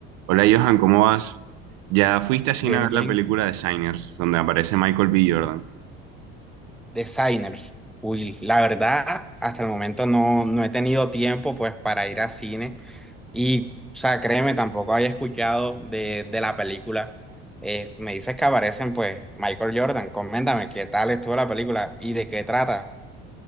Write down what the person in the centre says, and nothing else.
Bien,
bien.
Designers. Uy, la verdad, hasta el momento no, no he tenido tiempo pues para ir a cine y, o sea, créeme, tampoco había escuchado de, de la película. Eh, me dices que aparecen pues Michael Jordan. Coméntame qué tal estuvo la película y de qué trata.